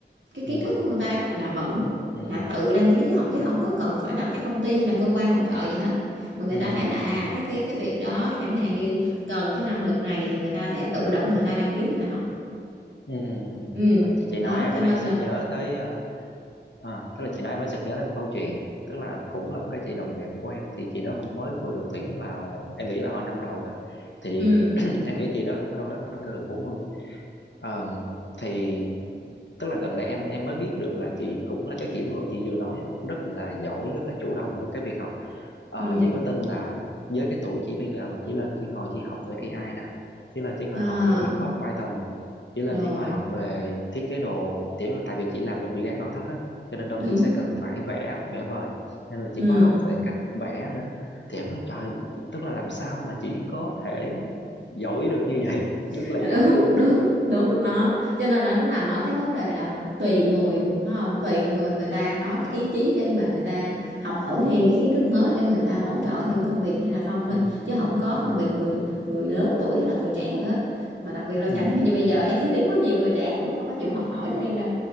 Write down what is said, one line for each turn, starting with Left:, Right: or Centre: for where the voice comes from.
Right: cái kiến
Left: ừ
Right: thức của người ta đó là vẫn
Left: ừ
Right: là
Left: ừ
Right: tự đăng ký để học chứ không có cần phải là cái công ty hay là cơ quan hỗ trợ gì hết mà người
Left: ừ
Right: ta thấy là à cái cái cái việc đó chẳng hạn như cần cái năng lực này thì người ta sẽ tự động người ta đăng ký người ta học
Left: ừ ừ ừ.
Right: ừ
Left: Đó, chị chị
Right: đó
Left: nói em
Right: cho nên
Left: mới sực
Right: là
Left: nhớ tới ờ, à, tức là chị nói em mới sực nhớ tới một câu chuyện tức là cũng là một cái chị đồng nghiệp của em thì chị đó cũng mới vừa được tuyển vào em nghĩ là hồi năm rồi thôi thì
Right: ừ
Left: <clears throat> em nghĩ chị đó cũng đâu đó khoảng gần 40 Ờm, thì Tức là gần đây em em mới biết được là chị cũng là cái kiểu người chị vừa nói á, rất là giỏi, rất là chủ động trong cái việc học. Ờ,
Right: ừ
Left: chị có tin là với cái tuổi chị bây giờ mà chỉ lên chỉ ngồi chỉ học về AI nè, chỉ lên chỉ ngồi
Right: à,
Left: học về viết code Python, chỉ lên
Right: rồi
Left: chỉ ngồi học về thiết kế đồ, kiểu là tại vì chị làm bên dự án nội thất á, cho nên đôi khi
Right: đúng
Left: sẽ
Right: á.
Left: cần phải vẽ, vẽ vời. Nên là chị
Right: ừ
Left: có học về cách vẽ nữa. Thì em nói trời, tức là làm sao mà chị có thể giỏi được như vậy, <laughs> rất
Right: <laughs>
Left: là
Right: đúng
Left: giỏi luôn
Right: đúng
Left: á.
Right: đúng nó cho nên là nó nằm ở cái vấn đề là tùy người phải không tùy người người ta có cái ý chí để mà người ta học hỏi thêm cái kiến thức mới để người ta hỗ trợ thêm công việc hay là không thôi
Left: Ừ,
Right: chứ không có phân
Left: ừ,
Right: biệt người người lớn tuổi hay là người trẻ gì hết mà đặc biệt là chẳng
Left: ừ,
Right: hạn như bây giờ em sẽ thấy có nhiều người trẻ cũng đâu có chịu học hỏi thêm đâu